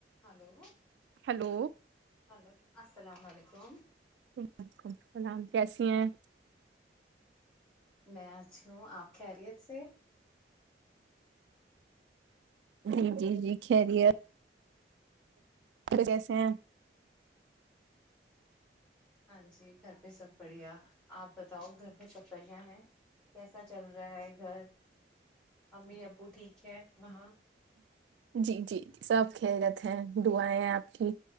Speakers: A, in the centre; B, on the right.
A: ہلو
B: ہلو
A: ہلو السلام علیکم
B: وعلیکم اللام کیسی ہیں
A: میں اچھی ہوں آپ خیریت سے
B: ج جی جی کہہریے کیسے ہیں
A: ہاں جی گھر پہ سب بڑھیا آپ بتاؤ گھر پہ سب بڑھیا ہے کیسا چل رہا ہے گھر امی ابو ٹھیک ہے وہاں
B: جی جی سب ک گتے ہیں دعیں آپ کی